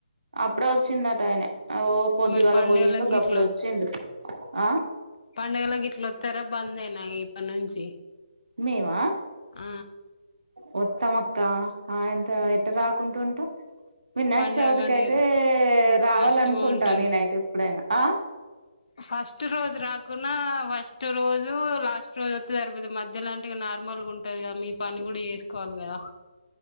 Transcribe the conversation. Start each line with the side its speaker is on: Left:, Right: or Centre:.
Right: అప్పుడే వచ్చిందట ఆయన ఓ పొద్దుగల
Left: మరి పండుగలకు
Right: పోయిండు
Left: గిట్ల
Right: గప్పుడొచ్చిండు ఆ
Left: పండుగలక్ గిట్ల వస్తారా బందేనా ఇప్పటి నుంచి
Right: మేమా
Left: ఆ
Right: వొత్తం అక్క ఆ ఎంత ఎట్ట రాకుంటుంటం వినాయక
Left: పండుగ
Right: చవితికి
Left: నీరు
Right: అయితే రావాలనుకుంటా
Left: కష్టం ఉంటది
Right: నేనైతే ఎప్పుడైనా ఆ
Left: ఫస్ట్ రోజు రాక్ కున్నా ఫస్ట్ రోజు లాస్ట్ రోజు వస్తే సరిపోతది మధ్యలంటే ఇగ నార్మల్గా ఉంటది కదా మీ పని కూడా చేస్ కోవాలి కదా